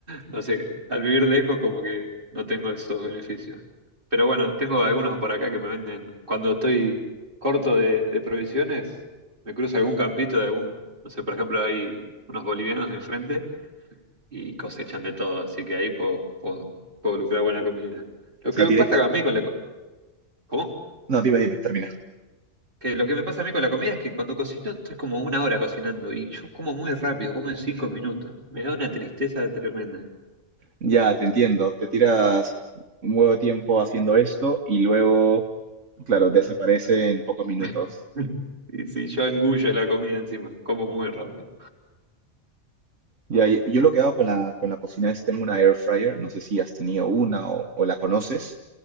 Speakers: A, on the right (about 45°); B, on the right (about 80°).
A: No sé, al vivir lejos como que no tengo esos beneficios. Pero bueno, tengo algunos por acá que me venden. Cuando estoy corto de, de provisiones, me cruzo algún campito de algún, no sé, por ejemplo, hay unos bolivianos enfrente y cosechan de todo, así que ahí puedo, puedo, puedo lucrar buena comida. Lo
B: O sea,
A: que me
B: directa.
A: pasa a mí con la co- ¿Cómo?
B: No, dime, dime, termina.
A: Que lo que me pasa a mí con la comida es que cuando cocino estoy como una hora cocinando y yo como muy rápido, como en cinco minutos. Me da una tristeza tremenda.
B: Ya, te entiendo. Te tiras un huevo de tiempo haciendo esto y luego, claro, desaparece en pocos minutos.
A: <laughs> Y si yo engullo la comida encima, como muy rápido.
B: Ya, y- yo lo que hago con la, con la cocina es tengo una air fryer, no sé si has tenido una o o la conoces.